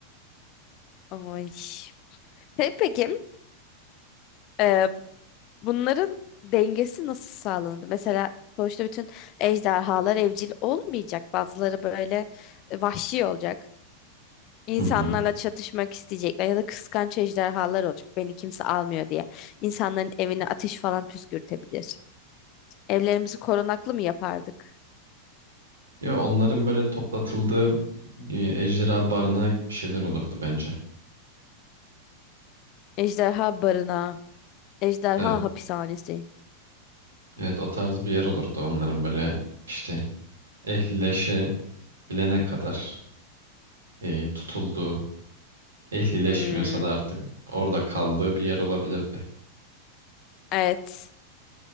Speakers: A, on the left; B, on the right.
A: Ay. Hey, peki e, bunların dengesi nasıl sağlandı? Mesela sonuçta bütün ejderhalar evcil olmayacak. Bazıları böyle e, vahşi olacak. İnsanlarla
B: Hı hı.
A: çatışmak isteyecekler ya da kıskanç ejderhalar olacak. Beni kimse almıyor diye. İnsanların evine ateş falan püskürtebilir. Evlerimizi korunaklı mı yapardık?
B: Ya onların böyle toplatıldığı e, ejderha barınağı gibi şeyler olurdu bence.
A: Ejderha barınağı, ejderha
B: Evet,
A: hapishanesi.
B: evet o tarz bir yer olurdu onların böyle işte ehlileşebilene kadar e, tutulduğu Ehlileşmiyorsa
A: Hmm,
B: da artık orada kaldığı bir yer olabilirdi.
A: evet,